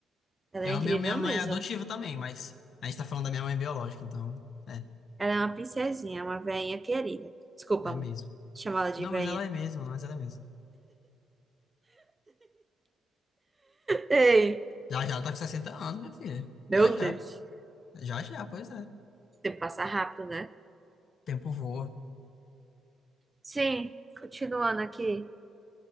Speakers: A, on the right; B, on the left.
A: Ela
B: Eu
A: é incrível
B: amo minha minha
A: mesmo.
B: mãe adotiva também, mas a gente tá falando da minha mãe biológica, então. É,
A: Ela é uma princesinha, uma veinha querida. Desculpa,
B: é
A: amor,
B: mesmo.
A: chamar ela de
B: Não,
A: veinha.
B: mas ela é mesmo, mas ela é mesmo.
A: Ei,
B: Já já ela tá com 60 anos, minha filha.
A: meu
B: Já já.
A: Deus.
B: Já já, pois é.
A: O tempo passa rápido, né?
B: Tempo voa.
A: Sim, continuando aqui.